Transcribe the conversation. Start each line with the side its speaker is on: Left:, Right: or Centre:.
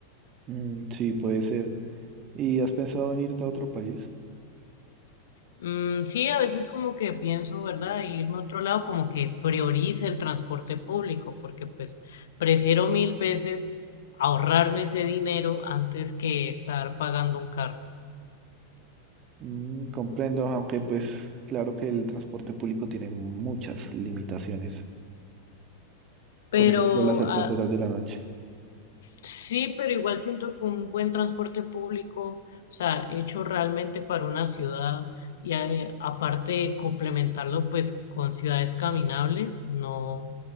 Right: mm, sí, puede ser. ¿Y has pensado en irte a otro país?
Left: Mm, sí, a veces como que pienso, ¿verdad? Irme a otro lado, como que priorice el transporte público, porque pues prefiero mil veces ahorrarme ese dinero antes que estar pagando un carro.
Right: Mm, comprendo, aunque pues claro que el transporte público tiene muchas limitaciones.
Left: Pero
Right: Por ejemplo, las altas
Left: a-
Right: horas de la noche.
Left: Sí, pero igual siento que un buen transporte público, o sea, hecho realmente para una ciudad y eh, aparte de complementarlo pues con ciudades caminables, no,